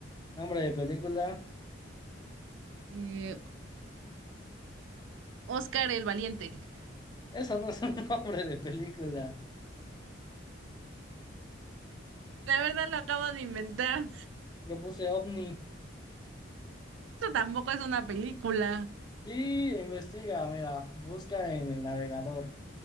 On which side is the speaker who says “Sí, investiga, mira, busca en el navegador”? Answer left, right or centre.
Left